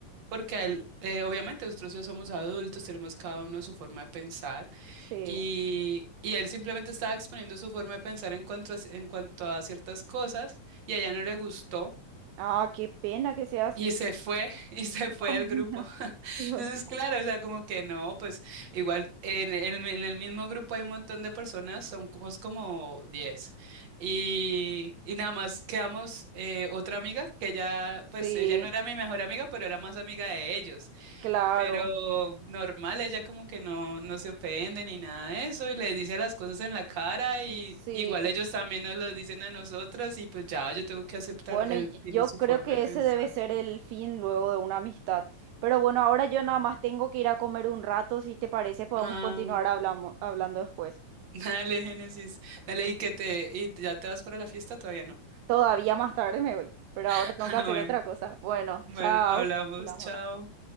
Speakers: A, on the right (about 55°); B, on the right (about 75°).
A: porque a él, eh, obviamente nosotros ya somos adultos, tenemos cada uno su forma de pensar.
B: Sí.
A: Y, y él simplemente estaba exponiendo su forma de pensar en cuanto a, en cuanto a ciertas cosas y a ella no le gustó
B: Ah, qué pena que sea así.
A: y se fue <laughs> y se
B: <laughs> Dios
A: fue del grupo.
B: mío,
A: <laughs>
B: Dios
A: Entonces,
B: mío.
A: claro, o sea, como que no, pues igual en, el en el mismo grupo hay un montón de personas, son como, como 10 y, y nada más quedamos eh, otra amiga que ella,
B: Sí,
A: pues ella no era mi mejor amiga, pero era más amiga de ellos.
B: claro.
A: Pero normal, ella como que no, no se ofende ni nada de eso y les dice las cosas en la cara y
B: Sí.
A: igual ellos también nos lo dicen a nosotras y pues ya yo tengo que aceptar,
B: Bueno,
A: él
B: y
A: tiene
B: yo
A: su
B: creo
A: forma
B: que
A: de pensar.
B: ese debe ser el fin luego de una amistad. Pero bueno, ahora yo nada más tengo que ir a comer un rato. Si te parece, podemos
A: Ah,
B: continuar
A: bueno.
B: hablamo-
A: <laughs>
B: hablando después.
A: Dale, Génesis, dale y que te, y ya te vas para la fiesta, todavía no.
B: Todavía más tarde me voy, pero
A: <laughs>
B: ahora tengo
A: Ah,
B: que hacer
A: bueno,
B: otra cosa. Bueno,
A: bueno,
B: chao.
A: hablamos,
B: Hablamos.
A: chao.